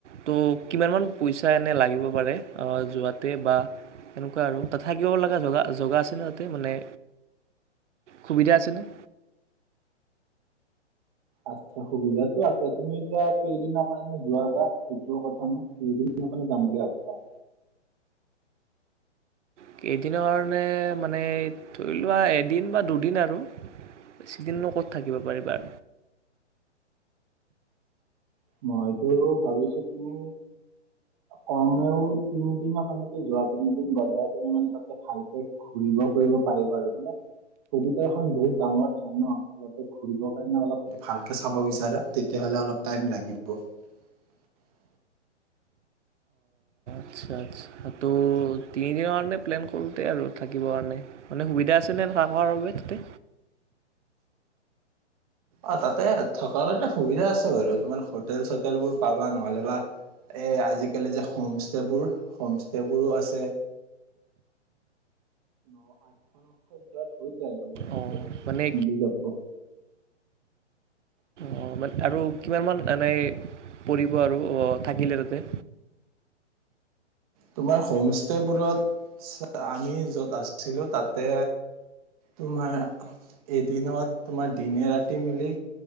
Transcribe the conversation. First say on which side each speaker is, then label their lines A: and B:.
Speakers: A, on the right; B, on the right.
A: ত' কিমান মান পইচা এনে লাগিব পাৰে অ' যোৱাতে বা এনেকুৱা আৰু তাত থাকিব লগা জগা-জগা আছেনে তাতে মানে সুবিধা আছেনে?
B: আচ্ছা সুবিধাতটো আছে তুমি এতিয়া কেইদিনৰ কাৰণে যোৱাবা সেইটো কথা ন কেইদিনৰ কাৰণে যাম বুলি ভাবিছা?
A: কেইদিনৰ নে মানে ধই লোৱা এদিন বা দুদিন আৰু বেছি দিননো ক'ত থাকিব পাৰিবা।
B: মইতো ভাবিছো তুমি কমেও তিনিদিন কাৰণেটো যোৱা তিনিদিন গলেহে তুমি মানে তাতে ভালকে ঘুৰিব-ফুৰিব পাৰিবা আৰু। মানে সুবিধাহ খন বহুত ডাঙৰ ঠাই ন তাতে ঘুৰিব কাৰণে অলপ ভালকে চাব বিচাৰে তেতিয়া হলে অলপ টাইম লাগ <unintelligible>
A: আচ্ছা-আচ্ছা তো তিনিদিনৰ কাৰণে প্লেন কৰোঁতে আৰু থাকিব কাণে মানে সুবিধা আছেনে থাকাৰ বাবে তাতে?
B: অ তাতে থকাও এটা সুবিধা আছে বাৰু তোমাৰ হোটেল- চোটেলবোৰ পাবা নহলেবা এই আজিকালি যে হোমষ্টেবোৰ-হোমষ্টেবোৰো আছে। ন-আঠশ নশত ইয়াত হৈ যায় আৰু বঢ়িয়াকে।
A: অঁ মানে
B: মিলি যাব। <inaudible>
A: অঁ মানে আৰু কিমানমান এনাই পৰিব আৰু অ থাকিলে তাতে?
B: তোমাৰ হোম ষ্টেবোৰত আমি য'ত আছিলো তাতে তোমাৰ এদিনত তোমাৰ দিনে ৰাতি মিলি